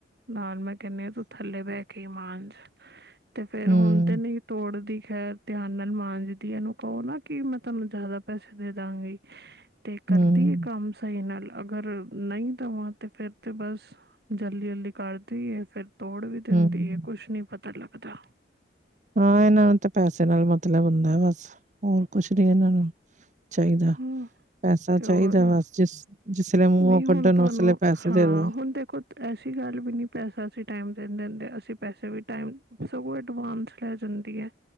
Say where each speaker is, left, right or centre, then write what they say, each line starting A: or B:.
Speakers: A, on the right; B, on the right.
A: ਨਾਲ ਮੈਂ ਕੈਹਨੀ ਆ ਤੂੰ ਥੱਲੇ ਬੈ ਕੇ ਕੇ ਮਾਂਜ ਤੇ ਫੇਰ
B: ਹੂੰ
A: ਹੁਨ ਤੇ ਨਹੀਂ ਤੋੜਦੀ ਖੈਰ ਧਿਆਨ ਨਾਲ ਮਾਂਜਦੀ ਏ ਇਹਨੂੰ ਕੋ ਨਾ ਕਿ ਮੈਂ ਤੈਨੂੰ ਜ਼ਿਆਦਾ ਪੈਸੇ ਦੇ ਦਾਂਗੀ ਤੇ ਕਰਦੀ
B: ਹੂੰ
A: ਏ ਕੰਮ ਸਹੀ ਨਾਲ ਅਗਰ ਨਹੀਂ ਦਵਾ ਤੇ ਫੇਰ ਤੇ ਬਸ ਜਲਦੀ-ਜਲਦੀ ਕਰਦੀ ਏ ਫਿਰ ਤੋੜ ਵੀ ਦਿੰਦੀ
B: ਹੂੰ
A: ਏ ਕੁਛ ਨੀ ਪਤਾ ਲੱਗਦਾ।
B: ਹਾਂ ਇਹਨਾਂ ਨੂੰ ਤੇ ਪੈਸੇ ਨਾਲ ਮਤਲਬ ਹੁੰਦਾ ਬਸ ਹੋਰ ਕੁਛ ਨੀ ਇਹਨਾਂ ਨੂੰ ਚਾਹੀਦਾ।
A: ਹੂੰ
B: ਪੈਸਾ
A: ਅਤੇ ਹੋਰ
B: ਚਾਹੀਦਾ ਬਸ ਜਿਸ-ਜਿਸ ਲੇ ਮੂੰਹੋਂ
A: ਨਹੀਂ ਹੁਣ
B: ਕੱਢਨ
A: ਤੁਹਾਨੂੰ
B: ਓਸਲੇ ਪੈਸੇ
A: ਹਾਂ
B: ਦੇ ਦੋ।
A: ਹੁਣ ਦੇਖੋ ਐਸੀ ਗੱਲ ਵੀ ਨਹੀਂ ਪੈਸਾ ਅਸੀਂ ਟਾਈਮ ਤੇ ਨੀ ਦਿੰਦੇ ਅਸੀਂ ਪੈਸੇ ਵੀ ਟਾਈਮ ਸਗੋਂ ਐਡਵਾਂਸ ਲੈ ਜਾਂਦੀਆ ਏ